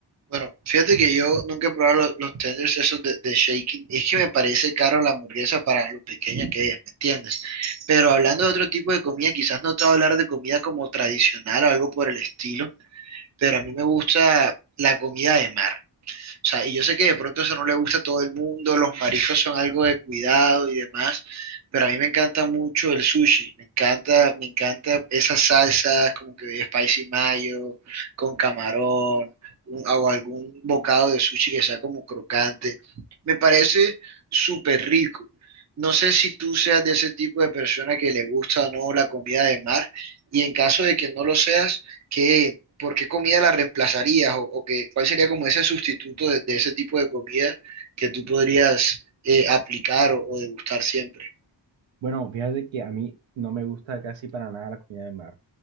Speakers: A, on the right; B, on the right.
A: Bueno, fíjate que yo nunca he probado lo- los, tenders esos de, de Shaking, es que me parece caro la hamburguesa para lo pequeña que es, ¿me entiendes? Pero hablando de otro tipo de comida, quizás no te voy a hablar de comida como tradicional o algo por el estilo, pero a mí me gusta la comida de mar. O sea, y yo sé que de pronto eso no le gusta a todo el mundo, los mariscos son algo de cuidado y demás, pero a mí me encanta mucho el sushi, me encanta, me encanta esas salsas como que de spicy mayo, con camarón, un- o algún bocado de sushi que sea como crocante. Me parece súper rico. No sé si tú seas de ese tipo de persona que le gusta o no la comida de mar, y en caso de que no lo seas, ¿qué, ¿por qué comida la reemplazarías? O, o que, ¿cuál sería como ese sustituto de, de ese tipo de comida que tú podrías eh, aplicar o, o degustar siempre?
B: Bueno, fíjate que a mí no me gusta casi para nada la comida de mar.